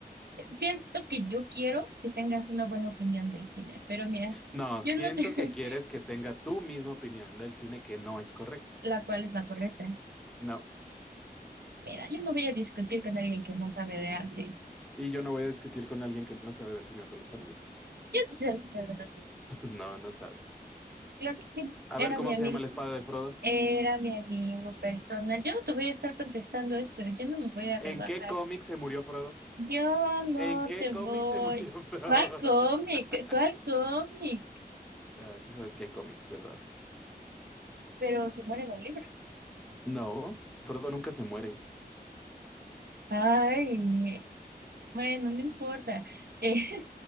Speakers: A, on the right; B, in the centre.
A: Siento que yo quiero que tengas una buena opinión del cine, pero mira,
B: No,
A: yo
B: siento
A: no te... <laughs>
B: que quieres que tenga tu misma opinión del cine que no es correcta.
A: la cual es la correcta.
B: No.
A: Mira, yo no voy a discutir con alguien que no sabe de arte.
B: Y yo no voy a discutir con alguien que no sabe del Señor de los Anillos.
A: Yo sí sé el Señor de los Anillos.
B: <laughs> No, no sabes.
A: Claro que sí,
B: A
A: era
B: ver cómo
A: mi amigo,
B: se llama la espada de Frodo.
A: era mi amigo personal. Yo no te voy a estar contestando esto, yo no me voy a rebajar.
B: ¿En qué cómic se murió Frodo?
A: Yo no
B: ¿En qué
A: te
B: cómic
A: voy.
B: se murió Frodo?
A: ¿Cuál cómic?
B: <laughs>
A: ¿Cuál cómic?
B: Ah, sí sabes que hay cómics, ¿verdad?
A: Pero se muere en el libro.
B: No, Frodo nunca se muere.
A: Ay, bueno, no importa. Eh,